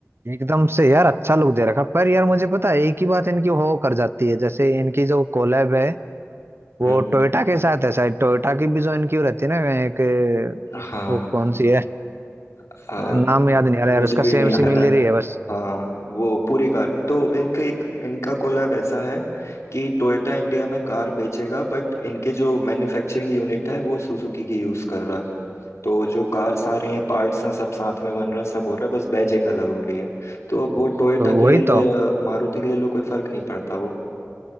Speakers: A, on the right; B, on the left.
A: एकदम से यार अच्छा लुक दे रखा पर यार मुझे पता है एक ही बात इनकी हो कर जाती है जैसे इनकी जो कोलैब है वो
B: हम्म
A: टोयोटा के साथ है शायद टोयोटा की भी जो इनकी वो रहती है ना एक
B: हाँ
A: वो
B: हाँ
A: कौन सी है
B: हाँ
A: नाम याद नहीं आ रहा
B: मुझे
A: यार उसका
B: भी नहीं
A: सेम सिमिलर
B: आ रहा है
A: ही है बस
B: हाँ वो पूरी कार तो इनका एक इनका कोलैब ऐसा है कि टोयोटा इंडिया में कार बेचेगा बट इनके जो मैन्युफैक्चरिंग यूनिट है वो सुजुकी की यूज कर रहा है तो जो कार्स आ रही हैं पार्ट्स हैं सब साथ में बन रहे हैं सब हो रहा है बस बैजिंग अलग हो रही है तो अब वो टोयोटा
A: तो
B: की
A: वही
B: ले लो
A: तो
B: या मारुति की ले लो कोई फर्क नहीं पड़ता वो